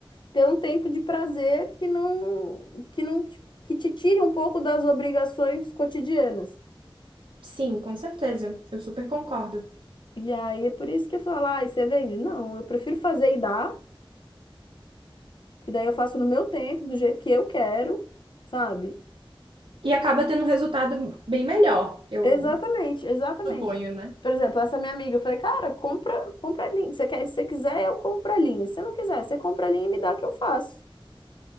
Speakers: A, on the left; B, on the right.
A: ter um tempo de prazer que não que não te, que te tire um pouco das obrigações cotidianas.
B: Sim, com certeza. Eu super concordo.
A: E aí é por isso que eu falo, ah, e você vende? Não, eu prefiro fazer e dar, que daí eu faço no meu tempo, do jeito que eu quero, sabe?
B: E acaba tendo um resultado bem melhor, eu
A: Exatamente, exatamente.
B: suponho, né?
A: Por exemplo, essa minha amiga, eu falei, cara, compra, compra linha. Você quer, se você quiser, eu compro a linha. Se você não quiser, você compra a linha e me dá que eu faço.